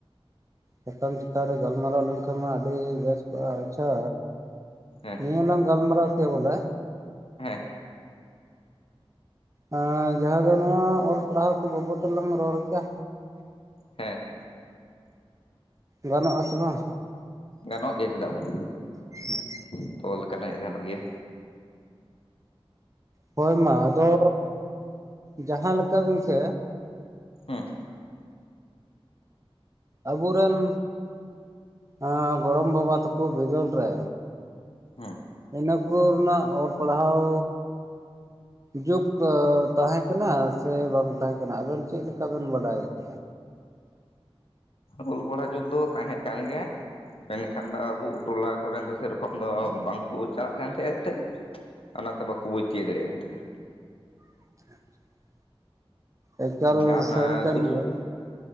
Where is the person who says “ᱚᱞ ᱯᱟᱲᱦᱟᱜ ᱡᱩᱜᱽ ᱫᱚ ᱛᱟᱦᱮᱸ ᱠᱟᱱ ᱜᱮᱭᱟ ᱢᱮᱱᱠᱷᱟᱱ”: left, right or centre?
Left